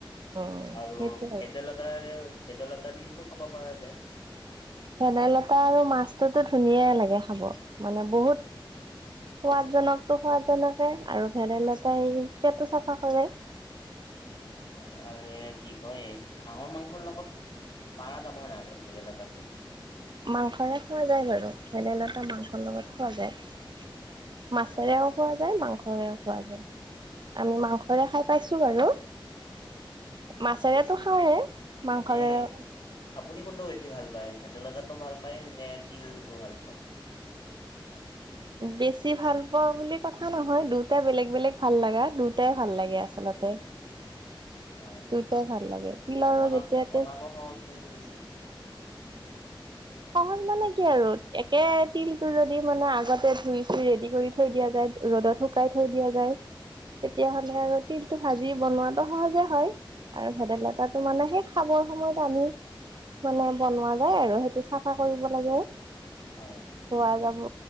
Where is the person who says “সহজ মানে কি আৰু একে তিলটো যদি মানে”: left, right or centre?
Right